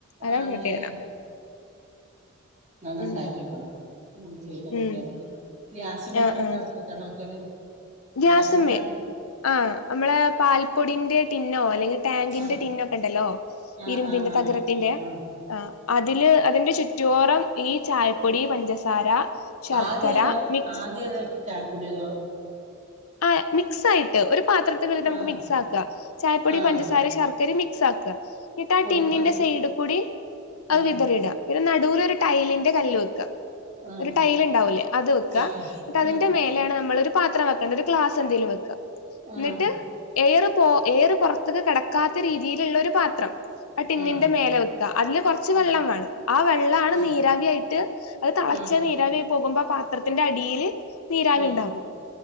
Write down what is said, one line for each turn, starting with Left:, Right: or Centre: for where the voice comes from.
Left: അതാണ്
Right: ആണല്ലേ
Left: പ്രത്യേകത
Right: ഞന്ന ഉണ്ടാക്കി
Left: ഉം
Right: വക്കണം ഉ ശട്ട ഓക്കാല
Left: ഉം
Right: ഗ്യാസമരണോക്ക
Left: ആഹ് ആഹ്
Right: അടുപ്പത്തണോക്കല്
Left: ഗ്യാസുമ്മേ
Right: ഗ്യാസമലടത്തി
Left: ആഹ് അമ്മളെ പാൽപ്പൊടിന്റെ ടിന്നോ അല്ലെങ്കിൽ ടാങ്കിന്റെ
Right: ആഹ്
Left: ടിന്നൊക്കെ ഇണ്ടല്ലോ
Right: ആഹ്
Left: ഇരുമ്പിന്റെ
Right: ആഹ് ആഹ്
Left: തകരത്തിന്റെ
Right: ആഹ്
Left: ആഹ് അത് അതില് അതിന്റെ ചുറ്റുവോറം ഈ ചായപ്പൊടി പഞ്ചസാര ശർക്കര
Right: ആദ്യ ഏതാ
Left: മിക്സ്
Right: ആദ്യ ഏതാ ഇട്ടെ ചായപ്പൊടിയതോ
Left: ആയെ മിക്സ് ആയിട്ട് ഒരു പാത്രത്തിൽ ഒരിതമുക്ക്
Right: ആഹ്
Left: മിക്സ് ആക്ക, ചായപ്പൊടി
Right: ആഹ്
Left: പഞ്ചസാര ശർ ക്കരേം മിക്സ് ആക്കുക. എന്നിട്ട് ആ
Right: പൊടിക്കണ്ട
Left: ടിന്നിന്റെ സൈഡ് കൂടി അത്
Right: ആഹ്
Left: വിതറിട ഒരു നടൂല് ഒരു ടൈലിന്റെ കല്ല് വെക്ക
Right: ആഹ്
Left: ഒരു ടൈൽ ഇണ്ടാവൂലേ അത് വെക്കുക
Right: ആഹ്
Left: എന്നിട്ടതിന്റെ
Right: ആഹ്
Left: മേലെയാണ് നമ്മളൊരു പാത്രം വക് ക്ക. എന്നിട്ട് ക്ലാസ് എന്തേലും വെക്ക
Right: ആഹ്
Left: എന്നിട്ട് എയറ് പോ എയറ് പൊർ ത്ത്ക്ക് കടക്കാത്ത രീതിയിലുള്ള ഒരു പാത്രം ആ ടിന്നിന്റെ
Right: ആഹ്
Left: മേല വെക് അതില് കുറച്ച്
Right: ആഹ്
Left: വെള്ളം വേണം ആ വെള്ളാണ്
Right: ആഹ്
Left: നീരാവി ആയിട്ട് അത് തളച്ച
Right: ആഹ് ആഹ്
Left: നീരവി പോകുമ്പോ ആ പാത്രത്തിന്റെ അടിയില് നീരാവി
Right: ആഹ്
Left: ഇണ്ടാകും